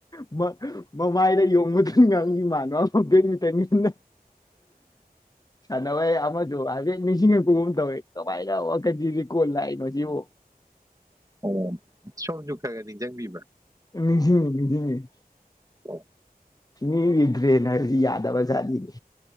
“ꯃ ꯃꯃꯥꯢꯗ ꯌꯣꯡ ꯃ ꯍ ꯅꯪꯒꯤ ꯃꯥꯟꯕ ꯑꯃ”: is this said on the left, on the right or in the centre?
Left